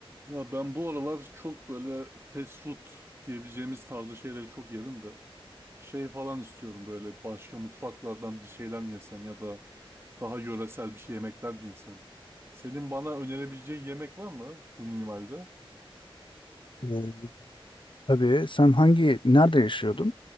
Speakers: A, on the right; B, on the left.
A: Ya ben bu aralar çok böyle fast food diyebileceğimiz tarzı şeyleri çok yedim de şey falan istiyorum böyle başka mutfaklardan bir şeyler mi yesem ya da daha yöresel bir şey yemekler mi yesem. Senin bana önerebileceğin yemek var mı bu minimalde?
B: Ee, tabii sen hangi nerede yaşıyordun?